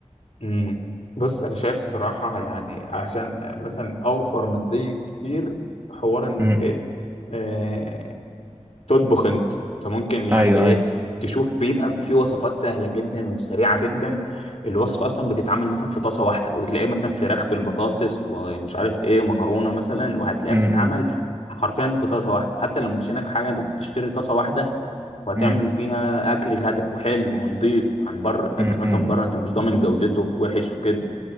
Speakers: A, on the left; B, on the right.
A: مم. بص انا شايف الصراحه يعني عشان مثلا اوفر ماديا كتير حوار انك
B: امم
A: ايه آه تطبخ انت انت ممكن يعني
B: ايوه
A: ايه
B: ايوه
A: تشوف بيبقى في وصفات سهله جدا وسريعه جدا الوصفه اصلا بتتعمل مثلا في طاسه واحده وتلاقيه مثلا فراخ بالبطاطس ومش عارف ايه ومكرونه مثلا وهتلاقيها
B: امم
A: بتتعمل حرفيا في طاسه واحده حتى لو مش هناك حاجه انت ممكن تشتري طاسه واحده وهتعمل
B: امم
A: فيها اكل غدا وحلو ونضيف عن بره الاكل
B: امم
A: مثلا من بره انت مش ضامن جودته وحش وكده